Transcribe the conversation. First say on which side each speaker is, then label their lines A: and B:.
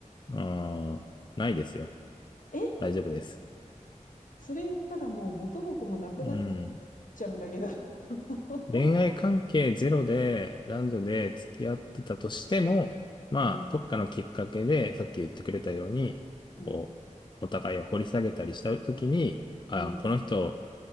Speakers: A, on the left; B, on the left.
A: ああ、ないですよ。
B: え
A: 大丈夫です。
B: それ言ったらもう元も子もなくなっ
A: うん。
B: ちゃうんだけど。<laughs>
A: 恋愛関係ゼロで男女で付き合ってたとしても、まあ、
B: うん、
A: どっかのきっかけで、さっき言ってくれたように、
B: うん、
A: こう、お互いを掘り下げたりしたときに、
B: うん、
A: ああ、この人